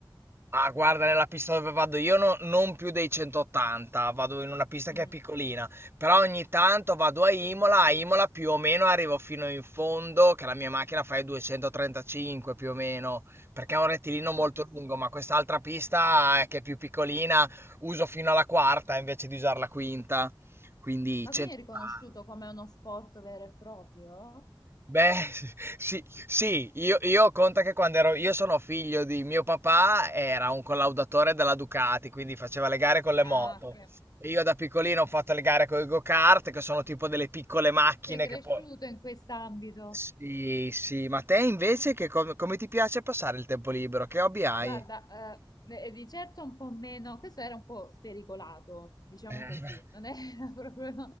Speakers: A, on the right; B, on the left.
A: Ah, guarda, nella pista dove vado io no- non più dei 180, vado in una pista
B: Mm.
A: che è piccolina, però ogni tanto vado a Imola, a Imola più o meno arrivo fino in fondo, che la mia macchina fa i 235 più o meno, perché è un rettilineo molto
B: Ma,
A: lungo, ma quest'altra pista eh, che è più piccolina uso fino alla quarta invece di usare la quinta, quindi
B: ma
A: 180.
B: quindi è riconosciuto come uno sport vero e proprio?
A: Beh, <laughs> sì, sì, io, io conta che quando ero, io sono figlio di mio papà, era un collaudatore della Ducati, quindi faceva le gare con le
B: Ah,
A: moto.
B: che
A: E Io da piccolino ho fatto le gare con i go-kart, che sono tipo delle piccole macchine
B: sei cresciuto
A: che poi...
B: in quest'ambito.
A: Sì, sì, ma te invece che com- come ti piace passare il tempo libero? Che hobby hai?
B: Guarda, eh, e di certo un po' meno, questo era un po' spericolato, diciamo
A: Eh,
B: così,
A: <laughs>
B: non era <laughs> proprio,